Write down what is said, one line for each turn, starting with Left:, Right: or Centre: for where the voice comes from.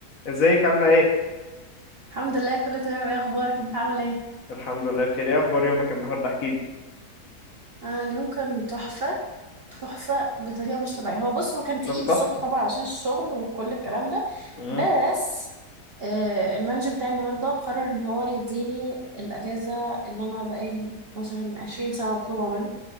Left: ازيك عاملة ايه؟
Right: الحمد لله كله تمام ايه اخبارك انت عامل ايه
Left: الحمد لله بخير ايه اخبار يومك النهاردة احكي لي
Right: آه اليوم كان تحفه تحفه بطريقه مش طبيعيه هو بص هو كان تقيل
Left: طب
Right: الصبح
Left: تحفة
Right: طبعا عشان الشغل وكل الكلام ده
Left: مم.
Right: بس آه المانجر بتاعي النهارده قرر ان هو يديني الاجازه اللي انا بقالي مثلا 20 سنه مطلوبه منه